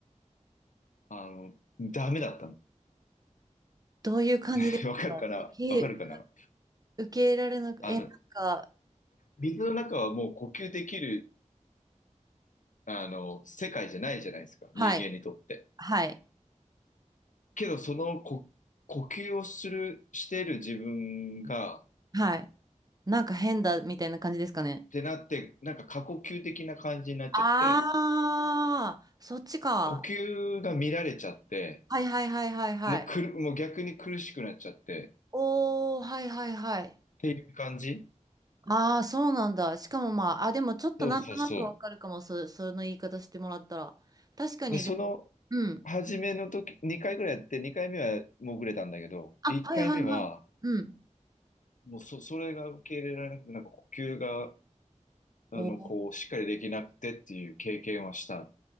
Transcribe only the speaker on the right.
どういう感じですか受け、
受け入れられなく、
え、なんか、
はい、
はい、
はい。なんか変だみたいな感じですかね。
ああ、そっちか。
はいはいはいはいはい。
おー、はいはいはい。
ああ、そうなんだ。しかもまあ、あ、でもちょっとなんとなくわかるかも、
そ、その言い方してもらったら。確かに、
でも、うん。
あ、
はいはいはい。うん。
おー、